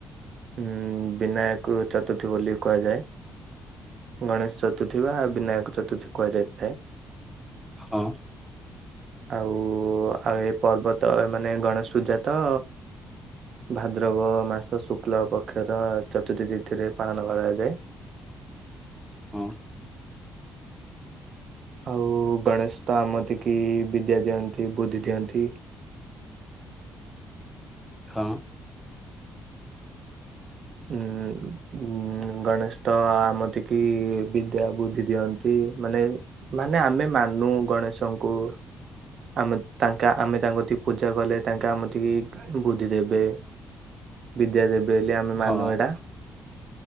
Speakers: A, on the right (about 55°); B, in the centre.
A: ଉଁ ବିନାୟକ ଚତୁର୍ଥୀ ବୋଲି କୁହାଯାଏ। ଗଣେଶ ଚତୁର୍ଥୀ ବା ବିନାୟକ ଚତୁର୍ଥୀ କୁହା ଯାଇଥାଏ।
B: ହଁ।
A: ଆଉ ଆଉ ଏ ପର୍ବତ ମାନେ ଗଣେଶ ପୂଜା ତ ଭାଦ୍ରବ ମାସ ଶୁକ୍ଲ ପକ୍ଷର ଚତୁର୍ଥୀ ତିଥିରେ ପାଳନ କରାଯାଏ।
B: ହଁ।
A: ଆଉ ଗଣେଶ ତ ଆମତିକି ବିଦ୍ୟା ଦିଅନ୍ତି ବୁଦ୍ଧି ଦିଅନ୍ତି।
B: ହଁ।
A: ଉଁ। ଉଁ ଗଣେଶ ତ ଆମତି କି ବିଦ୍ୟା, ବୁଦ୍ଧି ଦିଅନ୍ତି ମାନେ ମାନେ ଆମେ ମାନୁ ଗଣେଶଙ୍କୁ। ଆମେ ତାଙ୍କେ ଆମେ ତାଙ୍କ ଟିକେ ପୂଜା କଲେ, ତାଙ୍କେ ଆମେ ଟିକେ ବୁଦ୍ଧି ଦେବେ। ବିଦ୍ୟା ଦେବେ ବୋଲି ଆମେ ମାନୁ
B: ହଁ
A: ଏଟା।